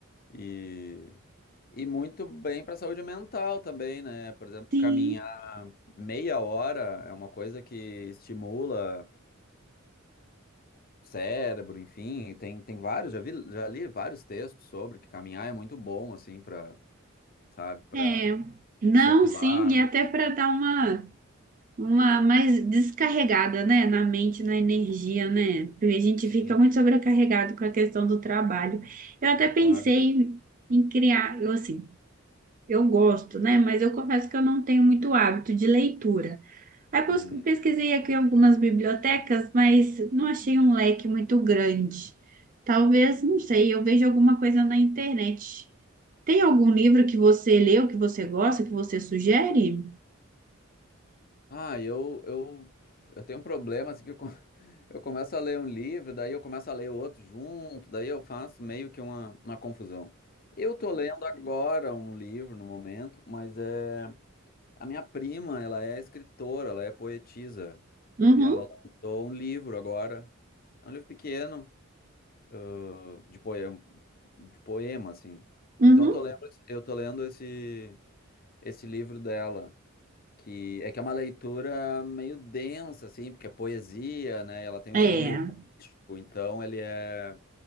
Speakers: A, on the left; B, on the right.
A: E. E muito bem para a saúde mental também, né? Por exemplo,
B: Sim.
A: caminhar meia hora é uma coisa que estimula o cérebro, enfim. Tem, tem vários, já vi, já li vários textos sobre que caminhar é muito bom, assim, para, sabe, para
B: É. Não,
A: desopilar.
B: sim, e até para dar uma uma mais descarregada, né, na mente, na energia, né? Porque a gente
A: Sim,
B: fica muito sobrecarregado com a questão do trabalho. Eu até pensei
A: claro.
B: em criar, eu, assim, Eu gosto, né? Mas eu confesso que eu não tenho muito hábito de leitura. Aí pos-
A: Uhum.
B: pesquisei aqui algumas bibliotecas, mas não achei um leque muito grande. Talvez, não sei, eu vejo alguma coisa na internet. Tem algum livro que você leu, que você gosta, que você sugere?
A: Ah, eu, eu, eu tenho um problema, assim, que eu, co- <laughs> eu começo a ler um livro, daí eu começo a ler o outro junto, daí eu faço meio que uma, uma confusão. Eu tô Hum. lendo agora um livro no momento, mas é a minha prima, ela é escritora, ela é poetisa,
B: Uhum,
A: e ela lançou um livro agora. É um livro pequeno, ãh, de poema, de poema, assim.
B: uhum.
A: Então eu tô lendo, esse- eu tô lendo esse, esse livro dela que é que é uma leitura meio densa, assim, porque é poesia, né? e Ela tem um
B: É.
A: estilo meio gótico, então ele é